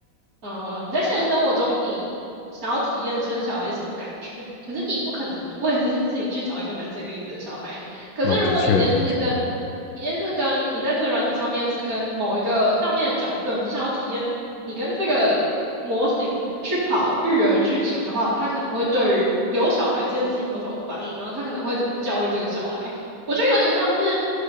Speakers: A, on the right; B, on the left.
A: 呃你在现实生活中，你想要体验生小孩是什么感觉，可是你不可能为了这件事情去找一个男生跟你生小孩。<laughs> 可是如果你今天是跟你
B: 哦，的确的确，
A: 今天是跟你在这个软体上面是跟某一个上面的角色，你想要体验你跟这个模型去跑育儿剧情的话，他可能会对于有小孩这件事情有什么反应，然后他可能会怎么教育这个小孩。我觉得有点像是